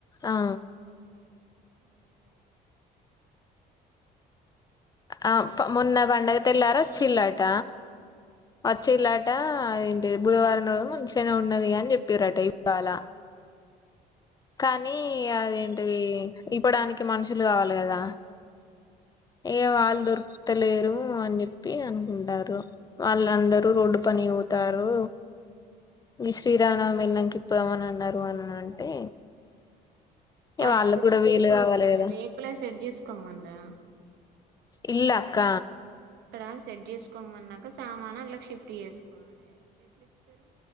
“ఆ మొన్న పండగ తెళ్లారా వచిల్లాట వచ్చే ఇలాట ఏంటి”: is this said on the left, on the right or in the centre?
Left